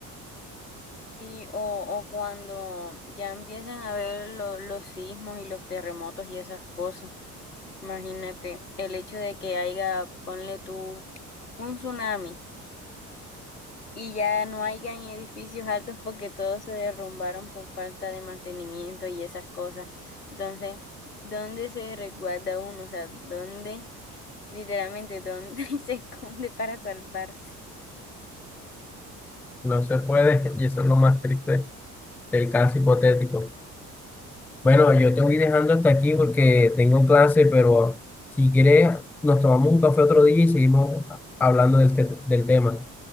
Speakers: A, on the left; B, in the centre.
A: Sí, o, o cuando ya empiezan a ver lo- los sismos y los terremotos y esas cosas. Imagínate, el hecho de que haya, ponle tú, un tsunami y ya no hayan edificios altos porque todos se derrumbaron por falta de mantenimiento y esas cosas. Entonces, ¿dónde se resguarda uno? O sea, ¿dónde, literalmente, dónde <laughs> se esconde para salvarse?
B: No se puede. <laughs> Y eso es lo más triste del caso hipotético. Bueno, yo te voy dejando hasta aquí porque tengo clase, pero si quieres, nos tomamos un café otro día y seguimos hablando del, te- del tema.